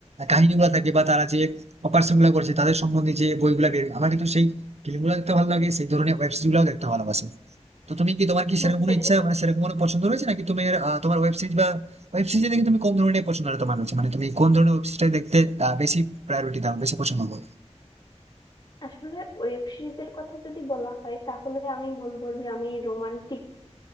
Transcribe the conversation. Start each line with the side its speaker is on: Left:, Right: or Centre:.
Right: কাহিনীগুলো থাকে বা তারা যে অপারেশন গুলো করছে তাদের সম্বন্ধে যে বইগুলো বের আমার কিন্তু সেই ফিল্মগুলো দেখতে ভালো লাগে সেই ধরনের ওয়েব সিরিজ গুলো দেখতে ভালোবাসি তো তুমি কি তোমার কি সেরকম
Left: বুঝতে
Right: কোনো ইচ্ছা
Left: পেরেছি
Right: মানে সেরকম কোনো পছন্দ রয়েছে নাকি তুমি আহ, তোমার ওয়েব সিরিজ বা ওয়েব সিরিজ দেখে তুমি কোন ধরনের পছন্দ তোমার রয়েছে মানে তুমি কোন ধরনের ওয়েব সিরিজটা দেখতে আহ, বেশি প্রায়োরিটি দাও বেশি পছন্দ করো
Left: আসলে ওয়েব সিরিজের কথা যদি বলা হয় তাহলে আমি বলবো যে আমি রোমান্টিক